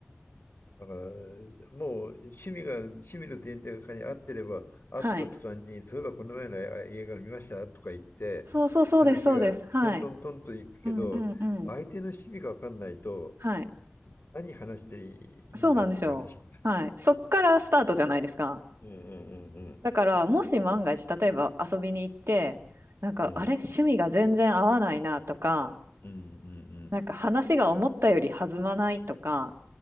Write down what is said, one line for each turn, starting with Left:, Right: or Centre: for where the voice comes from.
Left: だから、もう趣味が、趣味の前提がに合ってれば、合った途端に、
Right: はい。
Left: そういえばこの前のあ映画見ましたとか言って、
Right: そうそうそうです、
Left: 話がトントントンといくけど、
Right: そうです。はい。うんうんうん。
Left: 相手の趣味が分かんないと、
Right: はい。
Left: 何話していいんだっていう話になる。
Right: そうなんですよ。はい。そっからスタートじゃないですか。
Left: うんうんうん
Right: だからもし万が一、例えば遊びに行って、なんかあれ、
Left: うん。
Right: 趣味が全然合わないなとか、
Left: うんうん
Right: なんか話が思ったより弾まないとか